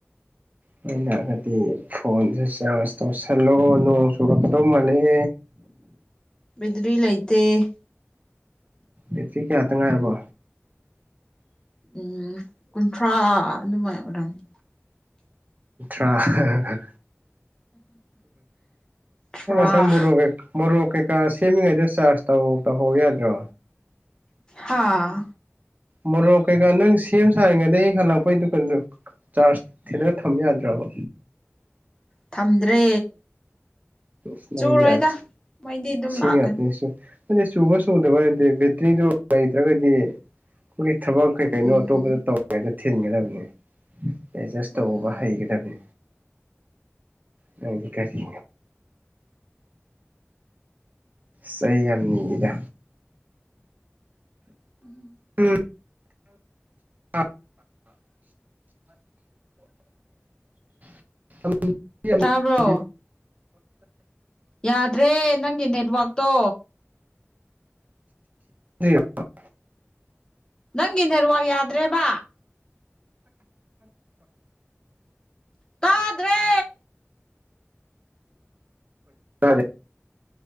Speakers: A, on the right; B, on the left.
A: ꯅꯣꯏ ꯂꯥꯛꯑꯒꯗꯤ ꯐꯣꯟꯁꯦ ꯆꯥꯔꯖ ꯇꯧꯁꯜꯂꯣꯅꯨ ꯆꯗꯣ ꯃꯅꯦ
B: ꯕꯦꯇ꯭ꯔꯤ ꯂꯩꯇꯦ
A: ꯑꯦꯠꯇ ꯀꯌꯥꯇ ꯉꯥꯏꯔꯔꯕꯣ
B: ꯎꯝ ꯀꯨꯟꯊ꯭ꯔꯥ ꯑꯗꯨꯃꯥꯏꯅ ꯑꯣꯏꯔꯝꯃꯤ
A: ꯑꯥ
B: ꯊ꯭ꯔꯥ
A: ꯁꯥꯏ ꯃ ꯃꯔꯣ ꯀꯩꯀ ꯁꯦꯃꯤ ꯉꯥꯏꯗꯁ ꯇꯧ ꯇꯧꯍꯧ ꯌꯥꯗ꯭ꯔꯣ
B: ꯍꯥꯥ
A: ꯃꯣꯔꯣꯛ ꯀꯩꯀꯥ ꯅꯪ ꯁꯦꯝ ꯁꯥꯔꯤꯉꯩꯗ ꯍꯦꯛ ꯍꯂꯛꯄꯩꯗꯨꯀ ꯆꯥꯔꯖ ꯊꯤ ꯊꯝ ꯌꯥꯗ꯭ꯔꯕ
B: ꯊꯝꯗ꯭ꯔꯦ
A: ꯁꯕꯤꯌꯥ
B: ꯆꯨꯔꯣꯏꯗ ꯃꯩꯗꯤ ꯑꯗꯨꯝ
A: ꯁꯤ
B: ꯂꯥꯛꯀꯅꯤ
A: ꯉꯥꯛꯇꯅꯦꯁꯨ ꯑꯗꯨ ꯁꯨꯕ ꯁꯨꯗꯕ ꯍꯥꯏꯗꯤ ꯕꯦꯠꯇ꯭ꯔꯤꯗꯨ ꯅꯠꯇ꯭ꯔꯒꯗꯤ ꯑꯩꯈꯣꯏꯒꯤ ꯊꯕꯛ ꯀꯩ ꯀꯩꯅꯣ
B: ꯎꯝ
A: ꯑꯇꯣꯞꯄꯗ ꯇꯧꯔꯤꯉꯩꯗ ꯊꯤꯟꯒꯗꯕꯅꯦ ꯑꯦꯠꯖꯥꯁꯇꯧꯕ
B: ꯎꯝ
A: ꯍꯥꯏꯒꯗꯕꯤ ꯅꯒꯤ ꯀ <inaudible> <inaudible> ꯁ ꯑꯩ ꯌꯥꯝ ꯅꯤꯉꯤꯗ
B: ꯎꯝ
A: ꯎꯝ ꯑ
B: <inaudible> <inaudible>
A: <inaudible>
B: ꯇꯥꯕ꯭ꯔꯣ ꯌꯥꯗ꯭ꯔꯦ ꯅꯪꯒꯤ ꯅꯦꯠꯋꯥꯛꯛꯇꯣ
A: <inaudible>
B: ꯅꯪꯒꯤ ꯅꯦꯔꯋꯥꯛ ꯌꯥꯗ꯭ꯔꯦꯕ ꯇꯥꯗ꯭ꯔꯦ
A: ꯌꯥꯌꯦ